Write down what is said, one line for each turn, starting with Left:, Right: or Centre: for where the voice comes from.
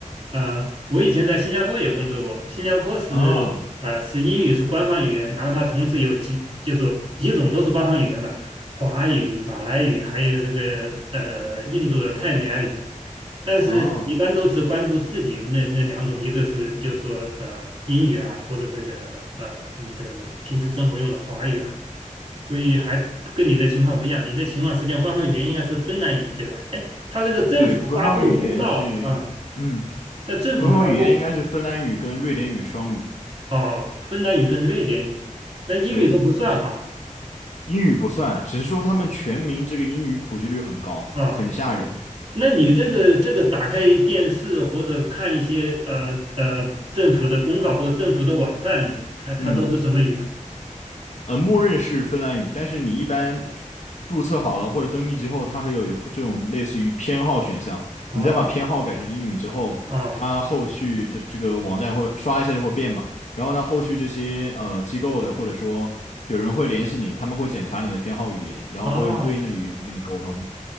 Right: 呃，我以前在新加坡也工作过，新加坡是呃是英语是官方语言，
Left: 啊
Right: 然后它同时有几就是几种都是官方语言吧。华语、马来语，还有这个呃印度的泰米尔语，但是一般都只关注自己那那两种，
Left: 啊，
Right: 一个是就是说呃英语啊，或者这个呃你的平时生活用的华语啊，所以还跟你的情况不一样。你的情况实际上官方语言应该是芬兰语，对吧？哎，他这个政府发布公告啊，
Left: 对，官方语言是，嗯，
Right: 在政府发布
Left: 官方语言应该是芬兰语跟瑞典语双语。
Right: 哦，芬兰语跟瑞典语，那英语都不算哈。
Left: 对，英语不算，只是说他们全民这个英语普及率很高，
Right: 啊。
Left: 很吓人。
Right: 那你这个这个打开电视或者看一些呃呃政府的公告或政府的网站，它它都是什么语啊？
Left: 嗯。呃，默认是芬兰语，但是你一般注注册好了或者登记之后，它会有这种类似于偏好选项。
Right: 哦
Left: 你再把偏好改成英语之后，
Right: 哦
Left: 它后续的这个网站会刷一下就会变嘛。然后呢，后续这些呃机构的或者说有人会联系你，他们会检查你的偏好语言，然后会用对应的语言跟你沟通。
Right: 哦